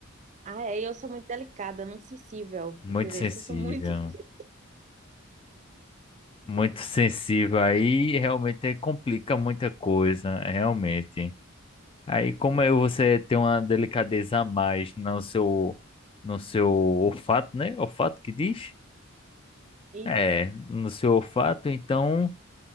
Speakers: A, on the right; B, on the left.
A: Ah, é, eu sou muito delicada, muito sensível,
B: Muito
A: entendeu?
B: sensível.
A: Eu sou muito. <laughs>
B: Muito sensível aí realmente complica muita coisa, realmente. Aí como é você tem uma delicadeza a mais no seu no seu olfato, né? Olfato que diz?
A: E
B: É, no seu olfato, então